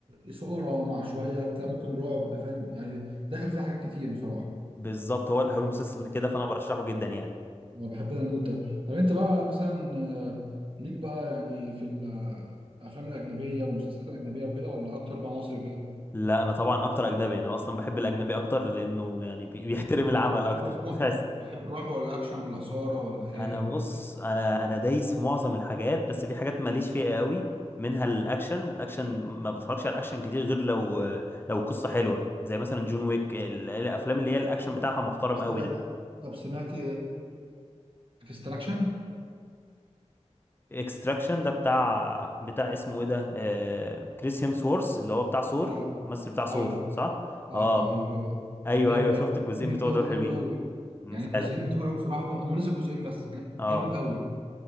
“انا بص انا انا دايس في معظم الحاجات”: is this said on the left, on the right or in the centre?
Left